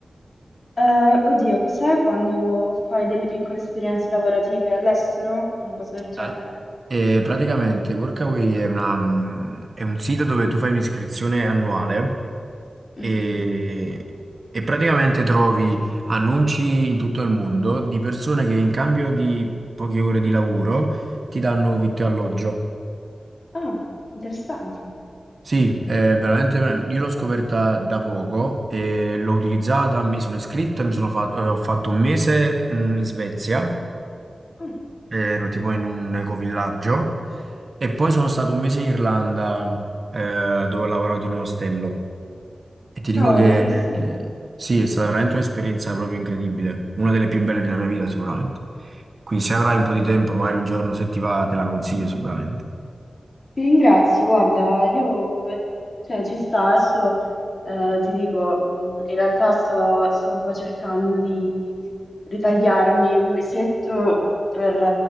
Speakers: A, on the left (about 55°); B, on the right (about 55°).
A: eh, oddio, cos'è quando fai delle piccole esperienze lavorative all'estero? Una cosa del genere?
B: Al- E praticamente Workaway è, una, mm, è un sito dove tu fai un'iscrizione annuale
A: Mhm.
B: e, e praticamente trovi annunci in tutto il mondo di persone che in cambio di poche ore di lavoro ti danno vitto e alloggio.
A: Ah, interessante.
B: Sì, è veramente, io l'ho scoperta da poco e l'ho utilizzata, mi sono iscritto, mi sono fa- eh, ho fatto un mese mm, in Svezia
A: Ah,
B: ero tipo in un ecovillaggio e poi sono stato un mese in Irlanda eh, dove ho lavorato in un ostello e ti
A: cavolo,
B: dico che
A: interessante.
B: Ah, eh, sì, è stata veramente un'esperienza proprio incredibile, una delle più belle della mia vita sicuramente. Quindi se avrai un po' di tempo, magari un giorno se ti va, te la consiglio sicuramente.
A: Ti ringrazio, guarda, io cioè, ci sta, adesso eh, ti dico, mh, in realtà sto, sto un po' cercando di ritagliarmi un mesetto per eh,